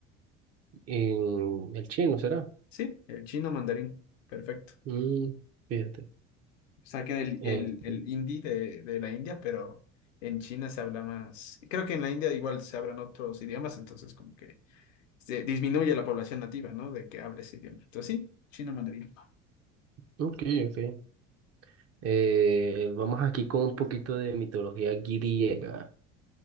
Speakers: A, on the right (about 40°); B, on the left (about 80°).
A: En el chino será.
B: Sí, el chino mandarín. Perfecto.
A: Mm, fíjate.
B: saqué del-
A: Este,
B: el, el, hindi de, de la India, pero en China se habla más. Creo que en la India igual se hablan otros idiomas, entonces como que se disminuye la población nativa, ¿no? De que hable ese idioma. Entonces sí, chino mandarín.
A: ok, ok. Eh, vamos aquí con un poquito de mitología griega.